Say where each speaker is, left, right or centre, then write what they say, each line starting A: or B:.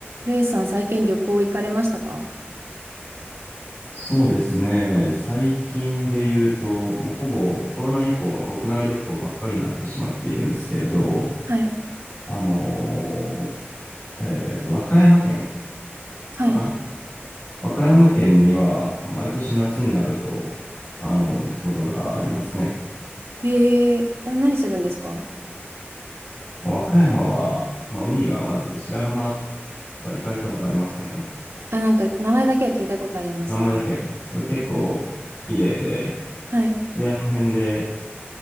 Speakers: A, on the right; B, on the left.
A: ルイさん、最近旅行行かれましたか
B: そうですね。最近で言うと、もうほぼコロナ以降は国内旅行ばっかりになってしまっているんですけれど、
A: はい。
B: あのえっと、和歌山県
A: はい。
B: かな和歌山県には毎年夏になると、あの、行くことがありますね。
A: へえ、え何するんですか
B: 和歌山は、まあ、海がまず白浜とか行かれたことありますかね
A: あ、なんか、名前だけは聞いたことあります。
B: 名前だけ、そう、結構綺麗で、
A: はい。
B: で、あの辺で、